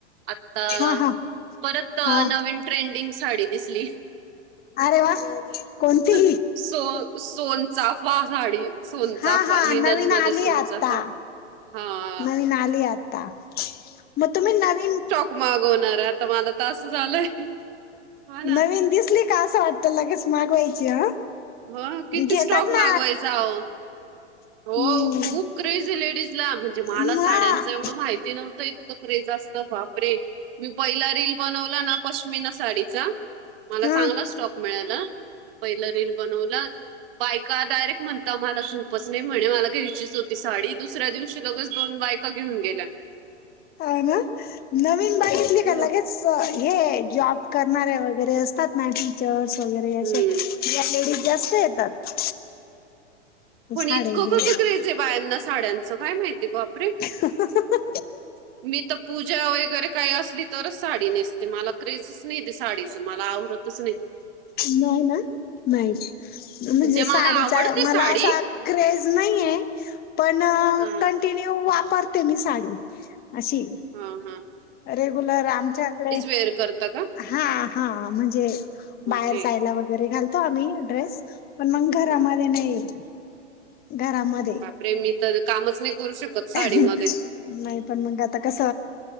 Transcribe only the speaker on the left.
हा हा
हा
अरे वा
कोणती
हा हा
नवीन
आली
आता
नवीन आली आता मग तुम्ही नवीन
नवीन दिसली का असं वाटत लगेच मागवायची ह
घेतात
ना
हम्म
हा
हा
हाय ना नवीन बाईच
निघा लगेच हे जॉब करणारे वगैरे असतात ना टीचर्स वगैरे
असे लेडीज जास्त येतात
साडे
घे
ह
नाहीय ना नाहीयची म्हणजे
साडीचा
मला
असा क्रॅझे नाही आहे पण
कंटिन्यू वापर ते मी साडी अशी
रेगुलर आमच्याकडे
हा हा म्हणजे बाहेर
जायला वगैरे घालतो आम्ही ड्रेस पण मग घरामध्ये
नाही घरामध्ये
नाही पण मग आता कस